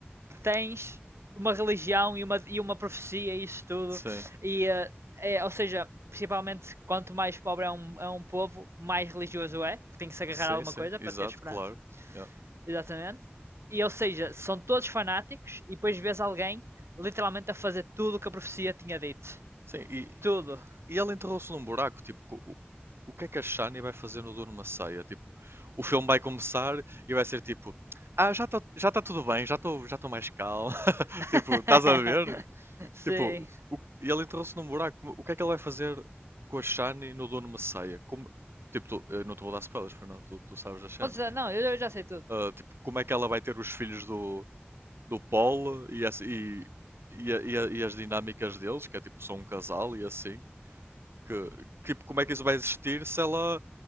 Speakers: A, on the right; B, on the right.
A: que tens uma religião e uma, e uma profecia e isso tudo.
B: sim,
A: E, eh, é, ou seja, principalmente quanto mais pobre é um, é um povo, mais religioso é, porque tem que se agarrar
B: sim,
A: a alguma
B: sim,
A: coisa para
B: exato,
A: ter esperança.
B: claro, yeah.
A: Exatamente. E, ou seja, são todos fanáticos e depois vês alguém literalmente a fazer tudo o que a profecia tinha dito.
B: Sim, e,
A: Tudo.
B: E ela enterrou-se num buraco, tipo, co- o, o que é que a Shani vai fazer no Duro Maceia? Tipo, o filme vai começar e vai ser tipo, ah, já está já tá tudo bem, já estou já tô mais calmo. <laughs>
A: <laughs>
B: Tipo, estás a ver?
A: Sim.
B: Tipo, o, e ela enterrou-se num buraco, o que é que ela vai fazer com a Shani no Duro Maceia? Como, tipo, tu- eu não te vou dar spoilers, Fernando, tu, tu sabes das cenas.
A: Pode ser não, eu, eu já sei tudo.
B: Ah, tipo, como é que ela vai ter os filhos do, do Paul e, essa- e, e, a- e a- e as dinâmicas deles, que é tipo, são um casal e assim. Que, tipo, como é que isso vai existir se ela,